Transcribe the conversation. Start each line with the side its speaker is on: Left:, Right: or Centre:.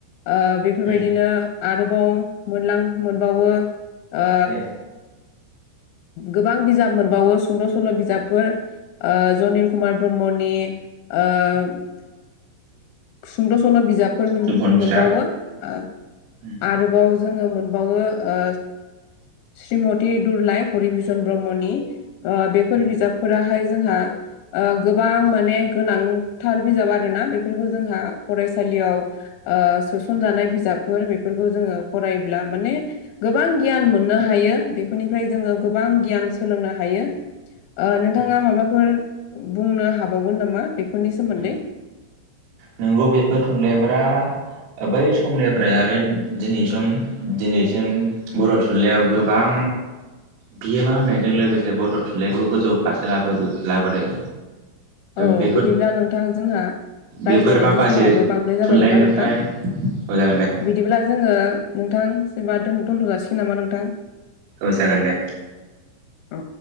Left: ओ बेफोरबायदिनो
Right: उम
Left: आरोबाव मोनलां मोनबावो ओ
Right: ए
Left: गोबां बिजाब मोनबावो सुंद' सल' बिजाबफोर ओ जनिल कुमार ब्रह्मनि ओ सुंद' सल' बिजाबफोर मोनबावो
Right: दुमख'नि फिथा
Left: ओ
Right: उम
Left: आरोबाव जोङो मोनबावो ओ श्रीमति दुरलाइ हरिभुसन ब्रह्मनि ओ बेफोर
Right: उम
Left: बिजाबफोराहाय जोंहा ओ गोबां माने गोनांथार बिजाब आरोना बेफोरखौ जोंहा फरायसालियाव ओ सोसनजानाय बिजाबफोर बेफोरखौ जोङो फरायोब्ला माने गोबां गियान मोननो हायो बेफोरनिफ्राय जोङो गोबां गियान सोलोंनो हायो ओ नोंथाङा
Right: उम
Left: माबाफोर बुंनो हाबावगोन नामा बेफोरनि सोमोन्दै
Right: उम नोंगौ बेफोर थुनलाइफोरा बै समनिफ्राय आरो दिनै सम दिनैसिम बर' थुनलाइयाव गोबां बिहोमा होननायजों लोगोसे बर' थुनलाइखौ गोजौ फारसे लाबोहो लाबोदों
Left: औ
Right: बेफोर
Left: बिदिब्ला नोंथां जोंहा रायज्लायनायनि
Right: बेफोर माखासे
Left: समाबो बांद्राय जाबाय
Right: थुनलाइनिफ्राय
Left: नामा नोंथां
Right: औ जागोन दे
Left: बिदिब्ला जोङो नोंथां जेनेबा दोनथ' दोनथ'जासिगोन नामा नोंथां
Right: औ जागोन दे
Left: औ